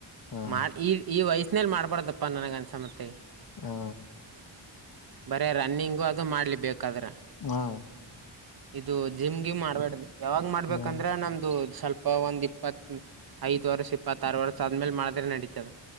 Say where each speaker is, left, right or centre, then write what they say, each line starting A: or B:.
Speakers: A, on the left; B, on the right.
A: ಹ
B: ಮಾಡಿ ಈ ಈ ವಯಸ್ಸಿನಲ್ಲಿ ಮಾಡಬಾರ್ದಪ್ಪ ನನಗೆ ಅಂದುಸಮ್ಮಟ್ಟಿಗೀ
A: ಹಾ
B: ಬರೇ ರನ್ನಿಂಗು ಅದು ಮಾಡ್ಲಿಬೇಕಾದ್ರೆ.
A: ಹಾ
B: ಇದು ಜಿಮ್ಗೆ ಮಾಡ್ಬೇಡ್ದ ಯಾವಾಗ್ ಮಾಡ್ಬೇಕಂದ್ರೆ
A: ಹ್ಮ್
B: ನಮ್ದು ಸ್ವಲ್ಪ ಇಪ್ಪ ಒಂದ್ ಇಪ್ಪತ್ ಐದ ವರ್ಷ ಇಪ್ಪತ್ತ ಆಾರು ವರ್ಷ ಆದ್ಮೇಲೆ ಮಾಡಿದ್ರೆ ನಡೀತದ